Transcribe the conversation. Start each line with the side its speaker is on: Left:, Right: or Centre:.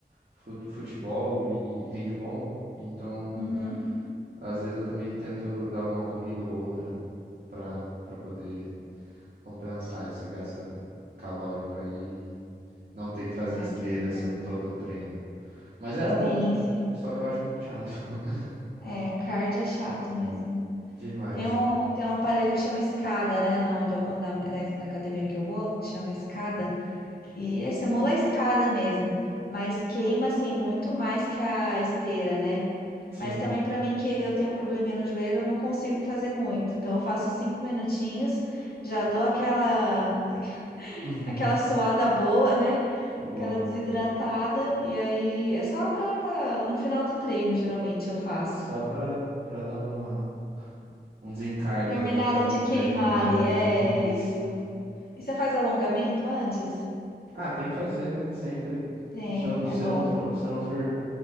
Right: fut- futebol e handball. Então,
Left: Uhum.
Right: Às vezes eu também tento dar uma corrida ou outra para para poder compensar esse gasto calórico aí, e não ter que fazer
Left: Ah,
Right: esteira
Left: que legal.
Right: assim todo o treino. Mas era bom,
Left: Sim, sim.
Right: só que eu acho muito chato <laughs>
Left: É, cardio é chato mesmo.
Right: demais.
Left: Tem um, tem um aparelho que chama escada, né? Na, onde, eu- na, na na academia que eu vou, chama escada. E é semola a escada mesmo, mas queima assim muito mais que a esteira, né?
Right: Sim.
Left: Mas também para mim que eu tenho um probleminha no joelho, eu não consigo fazer muito. Então eu faço cinco minutinhos, já dou aquela <laughs>
Right: <laughs>
Left: aquela suada boa, né?
Right: Bom,
Left: Aquela desidratada e aí é só para no final do treino geralmente eu faço.
Right: só para para dar uma um desencargo,
Left: Terminada
Right: né, no final
Left: de
Right: do treino.
Left: queimar
Right: É,
Left: ali, é
Right: isso.
Left: isso. E você faz alongamento antes?
Right: Ah, tem que fazer, né? Sempre.
Left: Tem,
Right: Se eu,
Left: é
Right: se
Left: bom.
Right: eu não for, se eu não for